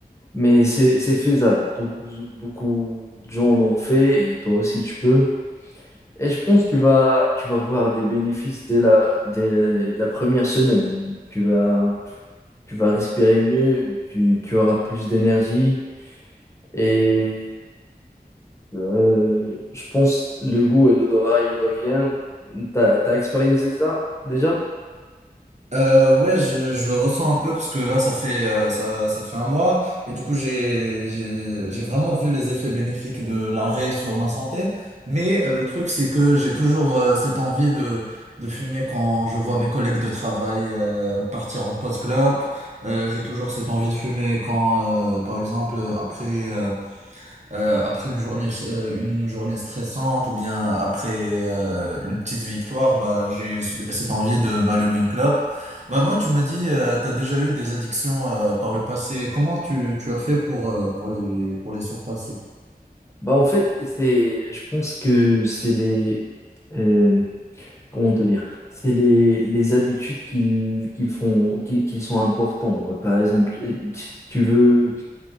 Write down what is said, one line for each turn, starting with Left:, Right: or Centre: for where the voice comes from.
Left: mais c'est c'est faisable. Beaucoup, beaucoup de gens l'ont fait et toi aussi tu peux. Et je pense que tu vas, tu vas voir des bénéfices dès la, dès la première semaine. Tu vas, tu vas respirer mieux, tu, tu auras plus d'énergie et euh, je pense le goût et l'odorat, ils reviennent. T'as, t'as expérimenté ça déjà?
Right: Euh, ouais, je, je le ressens un peu parce que là, ça fait euh, ça, ça fait un mois et du coup, j'ai j'ai j'ai vraiment vu les effets bénéfiques de l'arrêt sur ma santé. Mais euh, le truc, c'est que j'ai toujours euh, cette envie de de fumer quand je vois mes collègues de travail euh, partir en post-clope. Euh, j'ai toujours cette envie de fumer quand, euh, par exemple, après. euh, euh, après une journée, euh, une journée stressante ou bien après euh, une petite victoire, bah, j'ai ce- cette envie de m'allumer une clope. Bah, moi, tu m'as dit, euh, tu as déjà eu des addictions euh, par le passé. Comment tu, tu as fait pour, euh, pour les, pour les surpasser?
Left: Bah en fait, c'est, je pense que c'est les, euh, comment te dire, c'est les, les habitudes qu'ils qu'ils font, qui qui sont importants. Euh, Par exemple, euh, si tu veux,